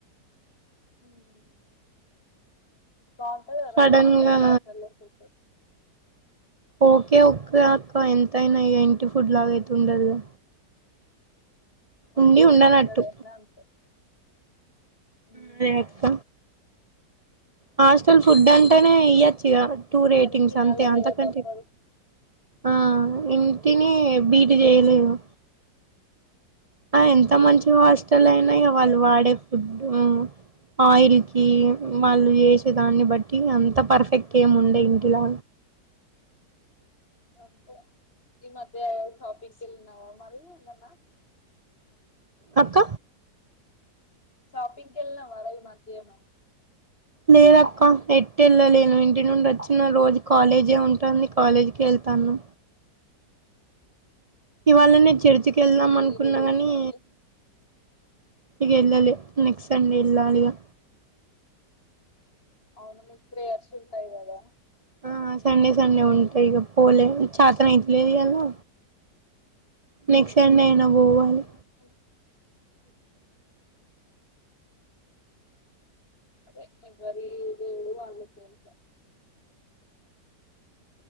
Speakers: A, on the left; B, on the right.
A: <unintelligible> బాగుంటాదా ర
B: సడన్
A: మరి మీ
B: గా
A: హాస్టల్లో ఫుడ్?
B: ఓకె ఓకె అక్క. ఎంతయినా, ఎంటి ఫుడ్ లాగైతే ఉండదుగా
A: అవును
B: ఉండి ఉండనట్టు
A: ఎక్కడైనా అంతే ఉమ్
B: అదే
A: అవును
B: అక్క హాస్టల్ ఫుడ్ అంటేనే ఇయ్యోచ్చు ఇగ టూ రేటింగ్స్
A: కానీ తినాలే
B: అంతే అంతకంటే
A: కదా తప్పదు
B: ఆ ఇంటిని బీట్ చేయలేము అ ఎంత మంచి హాస్టల్ అయినా ఇగ వాళ్ళు
A: అవును
B: వాడే ఫుడ్ ఉమ్మ్ ఆయిల్ కి వాళ్ళు చేసే
A: ఇం
B: దాన్ని బట్టి అంత పర్ఫెక్ట్ ఏముండే ఇంటిలా
A: అంతే ఈ మధ్య షాపింగ్ వెళ్ళినవా మరి ఏమన్నా
B: అక్క
A: షాపింగ్ కి ఏళ్లినవా ఈ మధ్య ఏమైనా
B: లేదక్క ఎటేల్లలేను ఇంటి నుండి వచ్చిన రోజు కాలేజే ఉంటుంది కాలేజ్కి వెళ్ తను ఇవాళనే చర్చికి వెళ్దాం
A: ఈ
B: అనుకున్నా
A: రోజు
B: గాని
A: ఓన్లీ
B: ఇగ ఎల్లలే నెక్స్ట్ సండే ఏల్లాలిగా
A: అవును మీ ప్రేయర్స్ ఉంటాయి కదా
B: ఆ సండే సండే ఉంటాయి ఇక పోలే చాత నాయ్ తలేదు అలా నెక్స్ట్ సండే అయినా పోవాలి
A: ఉహు. అదే ఎవరి దేవుడు వాళ్ళకే అట్లా